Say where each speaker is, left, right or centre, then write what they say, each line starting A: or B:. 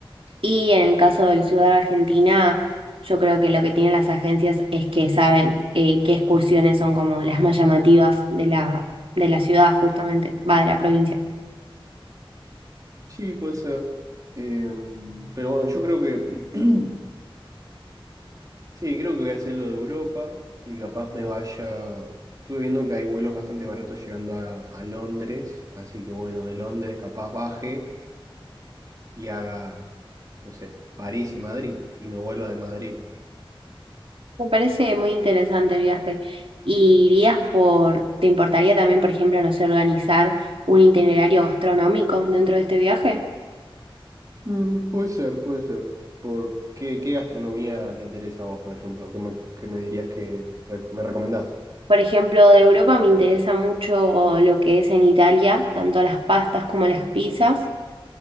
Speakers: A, on the right; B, on the right.
A: Y en el caso del sur de Argentina, yo creo que lo que tienen las agencias es que saben eh, qué excursiones son como las más llamativas de la, de la ciudad, justamente, va de la provincia.
B: Sí, puede ser. Eh, pero bueno, yo creo que <clears throat> Sí, creo que voy a hacer lo de Europa y capaz me vaya. Estuve viendo que hay vuelos bastante baratos llegando a, a Londres, así que bueno, de Londres capaz baje y haga, no sé, París y Madrid y me vuelo de Madrid.
A: Me parece muy interesante el viaje. ¿Y irías por, te importaría también, por ejemplo, no sé, organizar un itinerario gastronómico dentro de este viaje?
B: Mm, puede ser, puede ser. Por, ¿qué, qué gastronomía te interesa a vos, por ejemplo? ¿Qué me, qué me dirías que rec- me recomendás?
A: Por ejemplo, de Europa me interesa mucho lo que es en Italia, tanto las pastas como las pizzas.